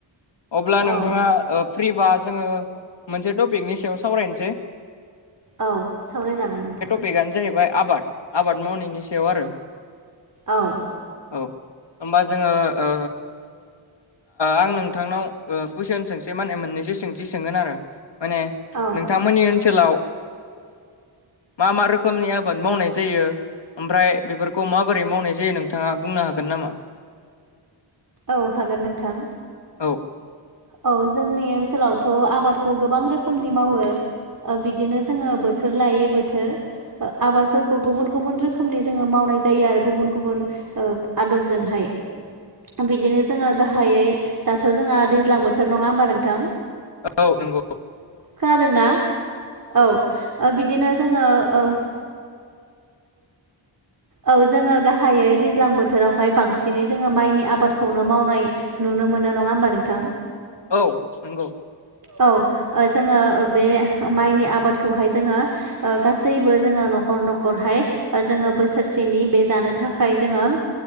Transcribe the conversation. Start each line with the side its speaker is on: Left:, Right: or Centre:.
Left: अब्ला नोंथाङा
Right: औ
Left: ओ फ्रिबा जोङो मोनसे टपिकनि सायाव सावरायनोसै।
Right: औ सावरायजागोन नोंथां।
Left: तपिकआनो जाहैबाय आबाद। आबाद मावनायनि सायाव आरो
Right: औ।
Left: औ होमबा जोङो ओ आं नों नोंथांनाव ओ कुइस सोंनोसै माने मोननैसो सोंथि सोंगोन आरो माने
Right: औ
Left: नोंथां थांमोननि ओनसोलाव मा-मा रोखोमनि आबाद मावनाय जायो। ओमफ्राय बेफोरखौ माबोरै मावनाय जायो नोंथाङा बुंनो हागोन नामा?
Right: औ हागोन नोंथां।
Left: औ।
Right: औ जोंनि ओनसोलावथ' आबादखौ गोबां रोखोमनि मावो। ओ बिदिनो जोङो बोथोर लायै बोथोर आबादफोरखौ गुबुन गुबुन रोखोमनि जोङो मावनाय जायो आरो गुबुन गुबुन ओ आदबजोंहाय। बिदिनो जोङो गाहायै दाथ' जोंहा दैज्लां बोथो- थोर नङा होमबा नोंथां?
Left: औ नंगौ।
Right: खोनादोंना? औ ओ बिदिनो जोङो औ औ जोङो गाहायै दैज्लां बोथोरावहाय बांसिनै जोङो माइनि आबादखौनो मावनाय नुनो मोनो नङा होमबा नोंथां?
Left: औ नंगौ।
Right: औ ओ जोङो बे माइनि आबादखौहाय जोङो ओ गासैबो जोङो न'खर न'खरहाय जोङो बोसोरसेनि बे जानो थाखाय जोङो